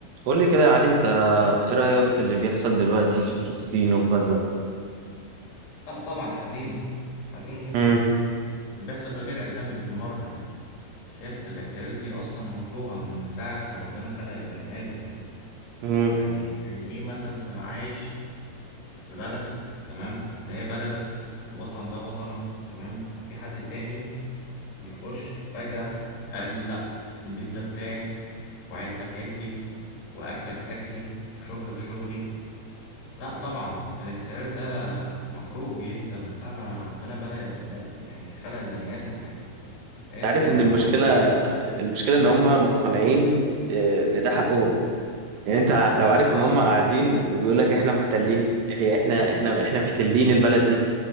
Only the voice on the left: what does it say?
لا طبعا حزين حزين جدا
اللي بيحصل ده غير آدمي بالمرة يعني سياسة الاحتلال دي أصلا مكروهة من ساعة ما ربنا خلق البني آدم يعني
يعني يعني إيه مثلا تبقى عايش في بلد تمام اللي هي بلدك الوطن ده وطنك تمام في حد تاني بيخش فجأة قال لأ البيت ده بتاعي وعيلتك عيلتي وأكلك أكلي وشغلك شغلي لا طبعا الاحتلال ده مكروه جدا من ساعة ما ربنا بنى بقى- يعني خلق البني آدم يعني هي
ال- العبودية
اه